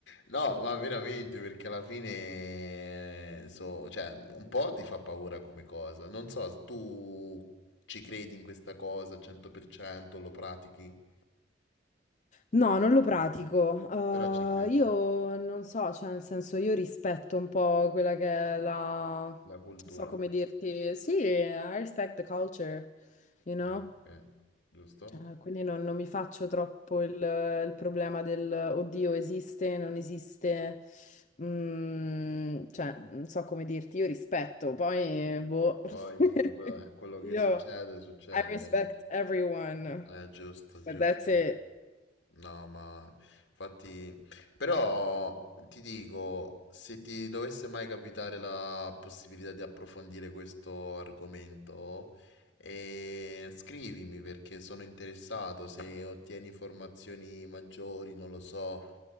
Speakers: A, on the left (about 85°); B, on the left (about 40°).
A: no, ma veramente, perché alla fine, eh, so, cioè, un po' ti fa paura come cosa. Non so, tu ci credi in questa cosa al 100%, lo pratichi?
B: No, non lo pratico.
A: Però ci credi.
B: Eh, io non so, cioè, nel senso, io rispetto un po' quella che è la... Non
A: la cultura,
B: so come dirti. Sì, I respect the culture, you know?
A: Ah, ok, giusto.
B: Eh, quindi non, non mi faccio troppo il, il problema del oddio, esiste, non esiste. Mm, cioè, non so come dirti, io rispetto, poi, boh.
A: poi
B: <laughs>
A: que- quello che
B: Io.
A: succede, succede,
B: I respect everyone,
A: eh, giusto, giusto,
B: but that's it.
A: no, ma infatti, però ti dico, se ti dovesse mai capitare la possibilità di approfondire questo argomento, eh, scrivimi perché sono interessato, se ottieni informazioni maggiori, non lo so,